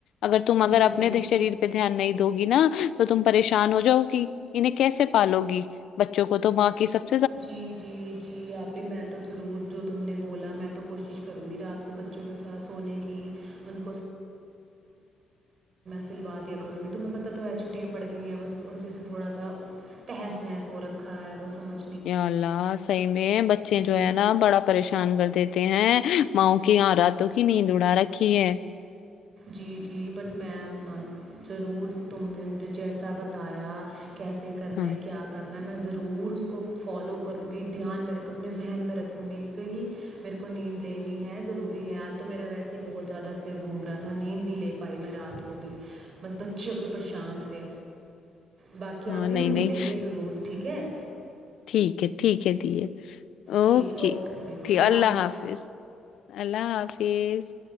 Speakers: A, on the left; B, on the right.
A: اگر تم اگر
B: جی
A: اپنے
B: جی
A: شریر پہ دھیان نہیں ہوگی نا تو تم پریشان ہو جاؤ گی انہیں کیسے پالو گی بچے چ کو تو ب کی سک
B: جی جی جی آپ ہی میں تو ضرور جو تم نے گات ب سات سویح سلوا دوں گی تمہیں پت تو گئی با ساا ہےجھ
A: اللہ صحیح میں بچے
B: جی
A: جو ہے نا بڑا پریشان کر دیتے ہیں ماؤ کی یہاں راتوں کی نیند اڑا رکھی ہے
B: جی جی بٹ میم ضرور تم نے مجھے جیسا بتایا کیسے کرنا
A: ہاں
B: ہے کیا کرنا ہے میں ضرور اس کو فالو کروں گی دھیان میرے اپنے ذہن میں رکھوں گی کیون کہہ میرے کو نیند لینی ہے ضروری ہے آج تو میرا ویسے ہی بہت زیادہ سر گھوم رہا تھا ت نیند نہیں لے پائی میں رات کو بھی بس بچوں کے پریشان سے باقی
A: ہاں
B: آپ
A: نہیں
B: ہی ہم ملیں
A: نہیں
B: گے ضرور ٹھیک ہے
A: ٹھیک ہے ٹھیک ہے ہے اوکے
B: ٹھیک ہے پھر
A: ٹھیک
B: خدا
A: اللہ حافظ اللہ حافظ